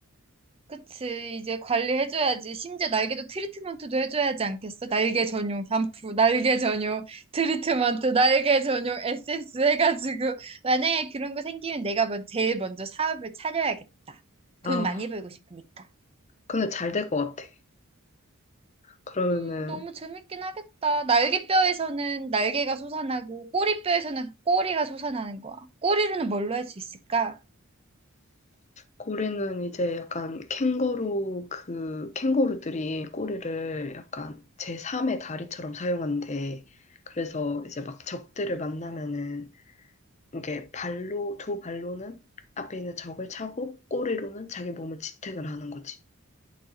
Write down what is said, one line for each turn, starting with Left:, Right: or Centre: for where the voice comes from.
Right: 그치. 이제 관리해줘야지. 심지어 날개도 트리트먼트도 해줘야지 않겠어? 날개 전용 샴푸, 날개 전용 트리트먼트, 날개 전용 에센스 해가지고. 만약에 그런 거 생기면 내가 먼 제일 먼저 사업을 차려야겠다. 돈
Left: 아,
Right: 많이 벌고 싶으니까.
Left: 근데 잘 될 것 같아. 그러면은
Right: 음, 너무 재밌긴 하겠다. 날개뼈에서는 날개가 솟아나고, 꼬리뼈에서는 꼬리가 솟아나는 거야. 꼬리로는 뭘로 할 수 있을까?
Left: 고래는 이제 약간 캥거루 그 캥거루들이 꼬리를 약간 제3의 다리처럼 사용한대. 그래서 이제 막 적들을 만나면은 이게 발로 두 발로는 앞에 있는 적을 차고 꼬리로는 자기 몸을 지탱을 하는 거지.